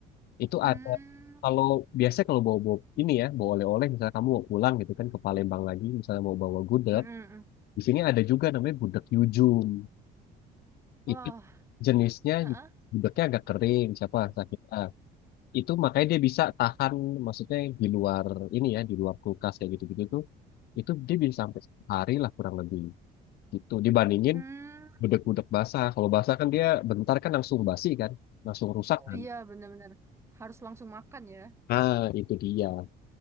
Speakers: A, on the left; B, on the right.
A: Itu
B: Hmm.
A: ada kalau biasanya kalau bawa, bawa ini ya, bawa oleh-oleh misalnya kamu mau pulang gitu kan ke Palembang lagi misalnya mau bawa gudeg,
B: Mm-mm.
A: di sini ada juga namanya gudeg Yujum.
B: Wah,
A: Itu jenisnya
B: Heeh.
A: gudegnya agak kering, siapa sakit ah, itu makanya dia bisa tahan maksudnya di luar ini ya di luar kulkas kayak gitu-gitu tuh itu dia bisa sampai sehari lah kurang lebih gitu dibandingin
B: Hmm,
A: bedek-bedek basah kalau basah kan dia bentar kan langsung basi kan langsung rusak kan
B: iya benar-benar harus langsung makan ya.
A: ah itu dia